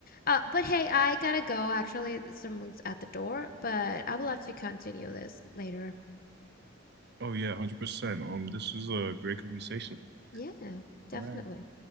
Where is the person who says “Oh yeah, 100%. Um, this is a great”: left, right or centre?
Right